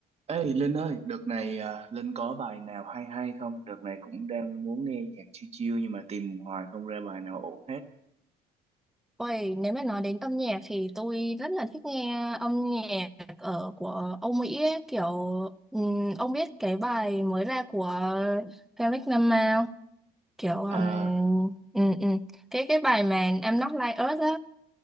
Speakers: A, on the right (about 40°); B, in the centre.
A: Ê Linh ơi, đợt này à, Linh có bài nào hay hay không? Đợt này cũng đang muốn nghe nhạc chill chill nhưng mà tìm hoài không ra bài nào ổn hết.
B: Ôi, nếu mà nói đến âm nhạc thì tôi rất là thích nghe âm nhạc ở của Âu Mỹ ấy, kiểu ừm, ông biết cái bài mới ra của Kendrick Lamar không? kiểu ừm,
A: Uh,
B: ừm, ừm, cái cái bài mà I'm Not Like Us á